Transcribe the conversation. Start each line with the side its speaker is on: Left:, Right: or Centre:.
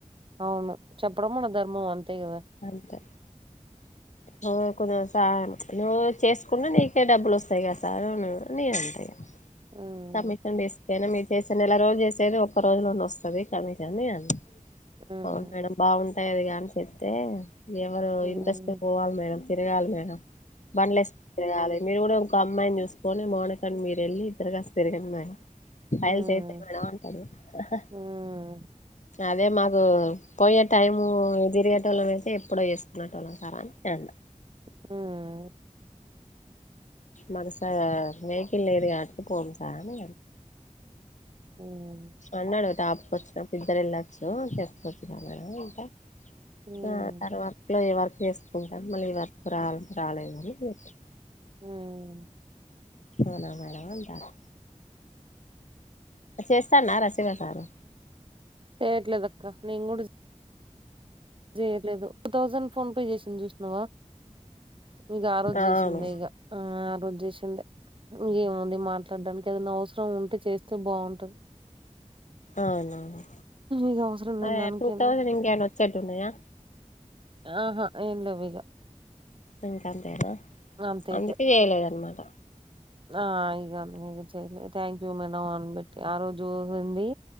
Right: అవును చెప్పడం మన ధర్మం అంతే కదా
Left: అంతే ఓ కొంచం సాయం నువ్వు చేసుకున్న నీకే డబ్బులు వస్తాయి కదా సార్ నీను అంట ఇగ
Right: ఉమ్
Left: కమిషన్ తీస్తేనా మీరు చేసే నెల రోజు చేసేది ఒక్క రోజులోనే వస్తుంది కమిషన్ అని నేను అన్న
Right: ఉమ్
Left: అవును మేడం బాగుంటది అది కానీ చెప్తే ఎవరు
Right: ఉమ్
Left: ఇంట్రెస్ పోవాలి మేడం తిరగాలి మేడం బన్లెస్ తిరగాలి మీరు కూడా ఒక అమ్మాయిని చూసుకొని మౌనికని మీరు వెళ్ళి ఇద్దరు కలిసి తిరగండి నా ఫైల్స్తే
Right: ఉమ్
Left: అయితయి మేడం అంటడు ఆహా
Right: మ్మ్
Left: అదే మాకు పోయే టైము తిరిగేటోలామ్ అయితే ఎప్పుడో చేసుకునేటోళ్ళము యన్ కెనడా
Right: హ్మ్మ్
Left: మన సైడ్ వెకిల్ లేదు కాబట్టి కొల్లు సాగు
Right: మ్మ్
Left: అన్నాడు టాపుకొచ్చినప్పు ఇద్దరు వెళ్ళొచ్చు చెప్పుకోవచ్చు క మేడం అంటె
Right: మ్మ్
Left: ఆ ఆ వర్క్లో ఏ వర్క్ చేసుకుంటారు మళ్ళీ ఈ వర్క్ ర రాలేదని చెప్పారు
Right: హ్మ్మ్
Left: అవునా మేడం అంటారూ చేస్తాన్నరా శివ సారు
Right: చేయట్లేదక్క నేను కూడా చేయట్లేదు టూ థౌజండ్ ఫోన్పే చేసినా చూసినవా ఇగా ఆ
Left: అవును
Right: రోజు చేసిందే ఇగా ఆ ఆ రోజు చేసిందే ఏముంది మాట్లాడడానికి ఏదైనా అవసరం ఉంటే చేస్తే బాగుంటది
Left: అవునవును.
Right: ఇగ అవసరం లేని
Left: ఆ
Right: దానికి
Left: టూ థౌజండ్ ఇంకేమనా వచ్చేట్టు ఉన్నాయా?
Right: ఆహా ఏమి లేవు ఇగ
Left: ఇంకంతేనా
Right: అంతేగా
Left: అందుకే చేయలేదన్నమాట
Right: ఆ ఇగ అ ఇక చెయ్యలే థ్యాంక్ యూ మేడం అనిబెట్టి ఆ రోజు ఉంది